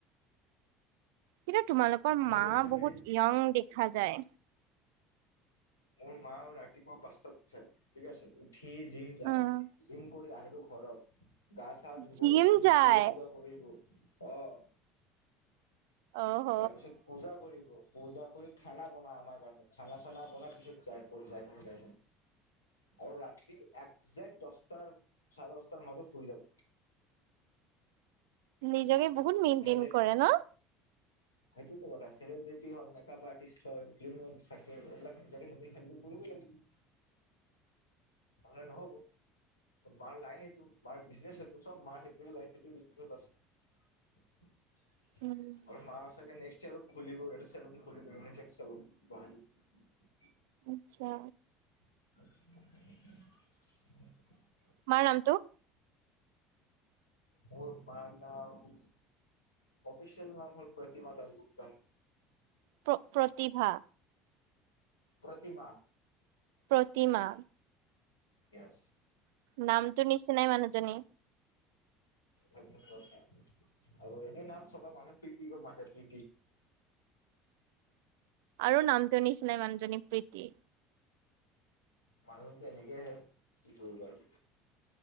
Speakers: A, on the right (about 65°); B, on the left (about 85°).
A: কিন্তু তোমালোকৰ
B: মোৰ
A: মা
B: ৰিচেন্টলি
A: বহুত য়ং দেখা যায়।
B: মোৰ মা ৰাতিপুৱা পাঁচতাত চাই, ঠিক আছে। ঠি জিম যায়,
A: উম।
B: জিম কৰি আহিব ঘৰত গা চা ধুব,
A: জিম
B: তুমি
A: যায়।
B: পূজা চূজা কৰিব। অ'।
A: অহ
B: তাৰপিছত পূজা কৰিব। পূজা কৰি খানা বনাই আমাৰ কাৰণে, খানা চানা বনাই পিছত যায়, ক'ত যায় <unintelligible> আৰু ৰাতি একজেক্ট দছটাৰ, চাৰে দছটাৰ মাজত হৈ যাম।
A: নিজকে বহুত মেইনটেইন
B: লেট
A: কৰে ন'।
B: সেইটোতো কথা চেলিব্ৰিটি হয়, মেকআপ আৰ্টিষ্ট হয়, ফিল্ম থাকে এইবিলাক নিজকে নিজে হেণ্ডেল কৰিবই লাগিব। নহ'লে নহ'ব, মাৰ লাইন এইটো, মাৰ বিজনেচ সটো চব মাৰ সেইটোহে লয়, সেইটোৱে বিজনেচত আছে। আমাৰ
A: উম
B: মা সঁচাকে নেক্স <unintelligible> খুলিবই এটা চেলুন খুলিব, ইউনিচেক্স চেলুন গুৱাহাটীত।
A: আচ্ছা।
B: <inaudible>
A: তোমাৰ নামতো?
B: মোৰ মাৰ নাম অফিচিয়েল নাম হ'ল প্ৰতিমা দাসগুপ্তা।
A: প্ৰ প্ৰতিভা?
B: প্ৰতিমা।
A: প্ৰতিমা।
B: ই <unintelligible>
A: নামটো নিচিনাই মানুহজনী।
B: আৰু এনে নাম চবে মানুহ প্ৰীতি কৈ মাতে প্ৰীতি।
A: আৰু নামটো নিচিনাই মানুহজনী প্ৰীতি।
B: মানুহটো এনেকে আহে, কি কৰিব আৰু।